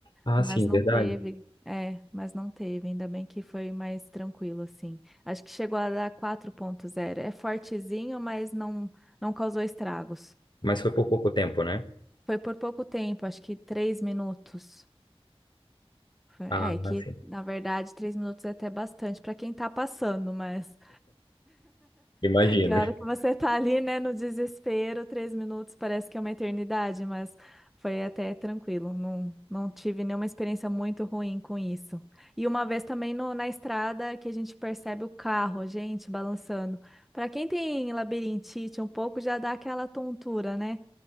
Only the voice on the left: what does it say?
Ah,
sim,
verdade.
Mas foi por pouco tempo, né?
Ah,
ah, sim.
Imagino.
<laughs>